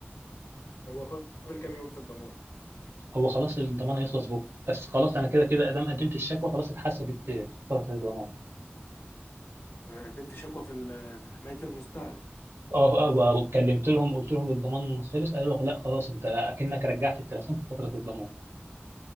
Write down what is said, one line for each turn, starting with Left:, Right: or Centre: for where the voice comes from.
Left: هو فاضل كام يوم في الضمان
Right: هو خلاص الضمان هيخلص بكره بس خلاص انا كده كده ادام قدمت الشكوى خلاص اتحسبت في فتره الضمان
Left: قدمت شكوى في ال- في حماية المستهلك
Right: اه اه وكلمت لهم قلت لهم الضمان خلص قالوا لا خلاص انت اكنك رجعت التليفون في فتره الضمان